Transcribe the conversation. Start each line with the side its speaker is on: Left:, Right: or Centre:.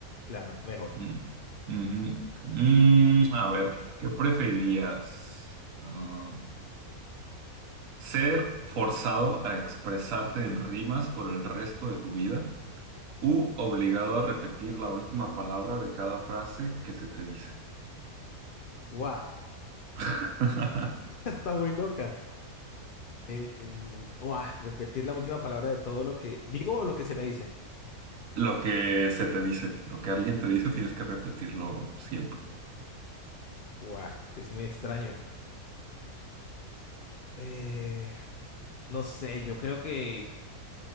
Left: Claro, mejor.
Right: Mm, ujú. Mm, a ver, ¿qué preferirías? Ah, ¿ser forzado a expresarte en rimas por el resto de tu vida u obligado a repetir la última palabra de cada frase que se te dice?
Left: ¡Guau!
Right: <laughs>
Left: <laughs> Está muy loca. Eh, ¡Guau! Repetir la última palabra de todo lo que digo o lo que se me dice.
Right: Lo que se te dice, lo que alguien te dice, tienes que repetirlo siempre.
Left: ¡Guau! Es muy extraño. Eh, no sé, yo creo que...